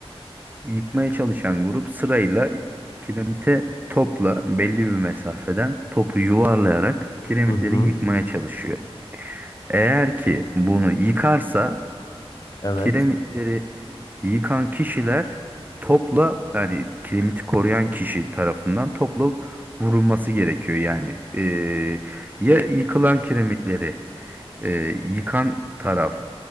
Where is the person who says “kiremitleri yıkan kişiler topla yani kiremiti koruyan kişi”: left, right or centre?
Right